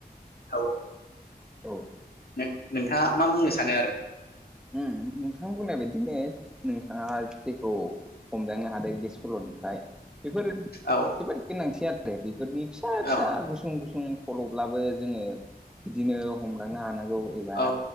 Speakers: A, on the left; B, in the centre.
A: औ-
B: औ-
A: नों- नोंथाङा मा बुंनो सानो आरो
B: ओम- नोंथां बुंनाय बादिनो नोंथाङा जेखौ हमदांनो हादों बे सल'निफ्राय बेफोर
A: औ-
B: जोबोद गोनांथि आरो बेफोरनि फिसा फिसा
A: औ
B: गुसुं गुसुं सल'ब्लाबो जोङो बिदिनो हमलांनो हानांगौ एबा
A: औ